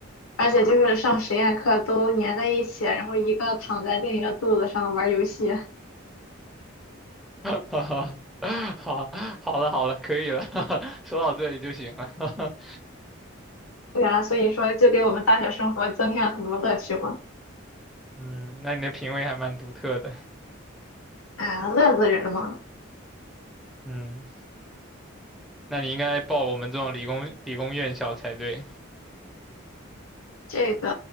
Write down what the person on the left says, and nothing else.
而且就是上实验课都粘在一起，然后一个躺在另一个肚子上玩游戏，
对呀，所以说就给我们大学生活增添了很多乐趣嘛，
啊，乐死人了嘛。
这个